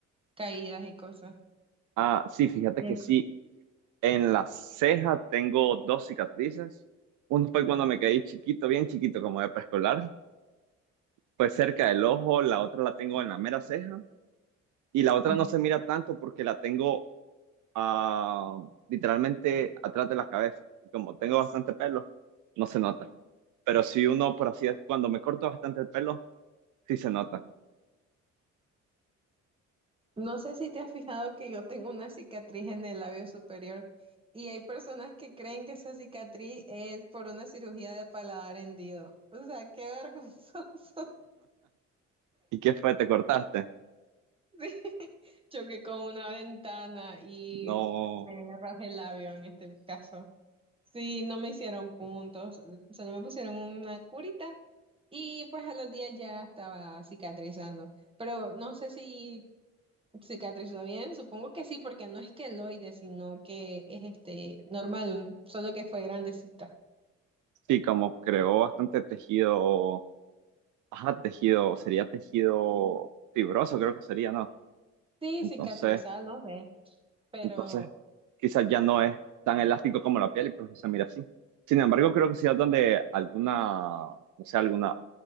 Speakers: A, on the right; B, on the right.
A: caídas y cosas.
B: Ah, sí, fíjate
A: Sí,
B: que sí, en la ceja tengo dos cicatrices. Una fue cuando me caí chiquito, bien chiquito, como de preescolar, pues cerca del ojo, la otra la tengo en la mera ceja y la otra
A: sí.
B: no se mira tanto porque la tengo ah, literalmente atrás de la cabeza. Y Como tengo bastante pelo, no se nota. Pero si uno, por así, decirlo, cuando me corto bastante el pelo, sí se nota.
A: No sé si te has fijado que yo tengo una cicatriz en el labio superior y hay personas que creen que esa cicatriz es por una cirugía de paladar hendido. O sea, qué vergonzoso. <laughs>
B: ¿Y qué fue? ¿Te cortaste?
A: Sí. Choqué con una ventana y
B: No,
A: me rajé el labio en este caso. Sí, no me hicieron puntos, solo me pusieron una curita y pues a los días ya estaba cicatrizando. Pero no sé si ¿Cicatrizó bien? Supongo que sí, porque no es queloide, sino que es este normal, solo que fue grandecita.
B: sí, como creó bastante tejido, ajá, tejido, sería tejido fibroso, creo que sería, ¿no?
A: Sí,
B: Entonces,
A: cicatrizar, no sé, pero
B: entonces, quizás ya no es tan elástico como la piel y pues se mira así. Sin embargo, creo que sí es donde alguna, no sé, alguna,